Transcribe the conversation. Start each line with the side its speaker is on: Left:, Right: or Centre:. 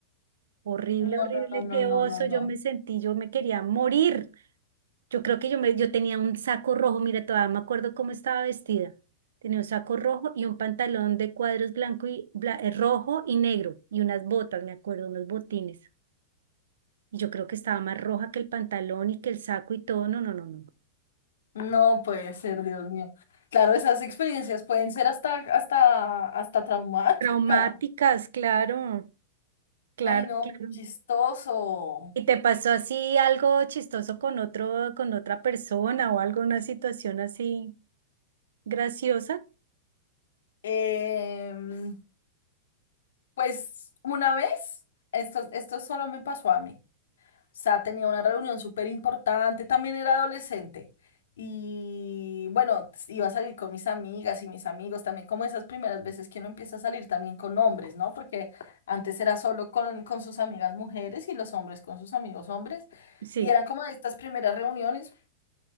Right: Horrible,
Left: No,
Right: horrible,
Left: no, no,
Right: qué
Left: no, no,
Right: oso,
Left: no,
Right: yo
Left: no.
Right: me sentí, yo me quería morir. Yo creo que yo me, yo tenía un saco rojo, mira, todavía me acuerdo cómo estaba vestida. Tenía un saco rojo y un pantalón de cuadros blanco y bla- eh, rojo y negro y unas botas, me acuerdo, unos botines. Y yo creo que estaba más roja que el pantalón y que el saco y todo. No, no, no, no.
Left: No puede ser, Dios mío. Claro, esas experiencias pueden ser hasta, hasta, hasta traumáticas.
Right: Traumáticas, claro, claro,
Left: Ay, no,
Right: claro.
Left: chistoso.
Right: ¿Y te pasó así algo chistoso con otro, con otra persona o algo, una situación así graciosa?
Left: Em, pues una vez, esto, esto solo me pasó a mí. sea, tenía una reunión súper importante, también era adolescente. Y bueno, s- iba a salir con mis amigas y mis amigos también, como esas primeras veces que uno empieza a salir también con hombres, ¿no? Porque antes era solo con, con sus amigas mujeres y los hombres con sus amigos hombres.
Right: Sí.
Left: Y eran como estas primeras reuniones.